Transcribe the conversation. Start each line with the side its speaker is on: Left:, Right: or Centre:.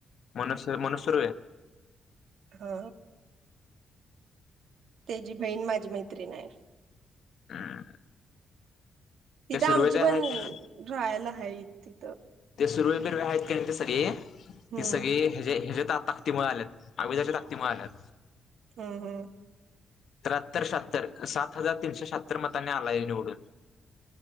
Left: मनोज सुर्वे आहे.
Right: हा तेची बहीण माझी माझी मै त्रीण आहे.
Left: हम्म
Right: तिथं,
Left: ते सुर्वे
Right: आमची
Left: ते आहेत
Right: पण
Left: ना
Right: राहायला आहेत. ती.
Left: ते सुर्वे आहेत का ते सगळे..
Right: हम्म
Left: ती सगळी हजे हजेत ताकतीमुळे आल्यात आमजाच्या ताकतीमुळे आल्यात..
Right: हम्म हम्म
Left: त्र्याहत्तर शात्तर सात हजार तीनशे शात्तर मताने आलाय निवडून..